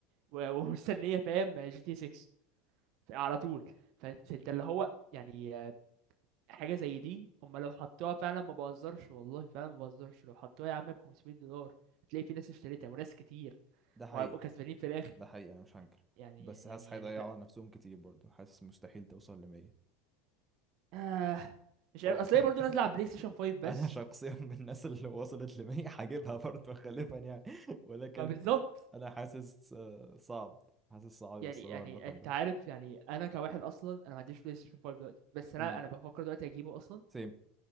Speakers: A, on the right; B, on the right.
A: و- <laughs> ومستنية فاهم جي تي 6 على طول ف- فأنت اللي هو يعني آه، حاجة زي دي أما لو حطوها فعلا ما بهزرش والله فعلا ما بهزرش لو حطوها يا عم ب 500 دولار هتلاقي في ناس اشتريتها وناس كتير
B: ده حقيقي
A: وهيبقوا كسبانين في الاخر
B: ده حقيقي انا مش هنكر
A: يعني
B: بس
A: يعني
B: حاسس هيضيعوا
A: يعني ف...
B: على نفسهم كتير برضه حاسس مستحيل توصل ل 100
A: آه مش عارف
B: هو
A: اصل
B: <laughs>
A: هي برضه نازله على بلاي ستيشن 5 بس
B: انا شخصيا من الناس اللي وصلت لمية هجيبها برضه خلفا يعني <laughs> ولكن
A: فبالظبط
B: انا حاسس آه، صعب حاسس صعب يوصلوها
A: يعني يعني
B: الرقم
A: انت
B: ده
A: عارف يعني انا كواحد اصلا انا ما عنديش بلاي ستيشن 5 دلوقتي بس انا
B: امم
A: انا بفكر دلوقتي اجيبه اصلا
B: سيم